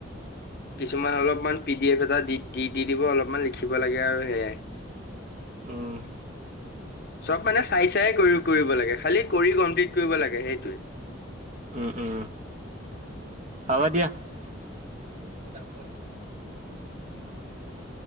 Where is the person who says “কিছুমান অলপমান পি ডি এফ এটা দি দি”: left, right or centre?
Left